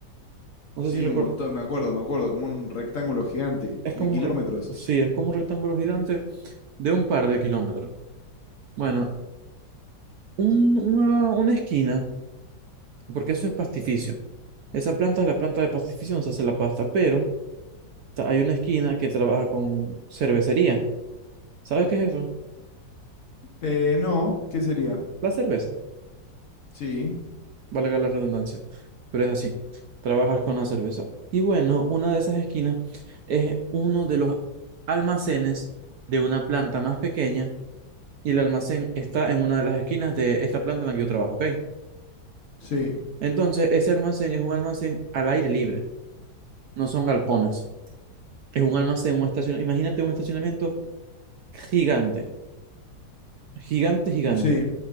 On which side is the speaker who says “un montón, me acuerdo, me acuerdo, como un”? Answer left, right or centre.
Left